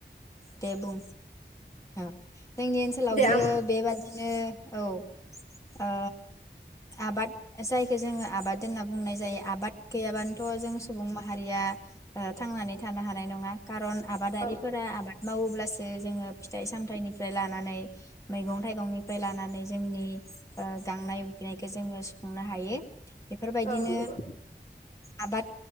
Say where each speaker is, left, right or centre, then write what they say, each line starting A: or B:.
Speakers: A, on the left; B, on the left.
A: दे बुं औ जोंनि ओनसोलावबो
B: दे आं
A: बेबादिनो औ। आ आबाद जायखौ जोङो आबाद होनना बुंनाय जायो आबाद गैयाबानो थ' जों सुबुं माहारिया ओ थांनानै थानो हानाय नङा। खारन आबादारिफोरा
B: औ
A: आबाद मावोब्लासो जोङो फिथाइ सामथाइनि लानानै मैगं थाइगंनिफ्राय लानानै जोंनि ओ गांनाय उखैनायखौ जोङो सुफुंनो हायो। बेफोरबायदिनो
B: औ नंगौ
A: आबाद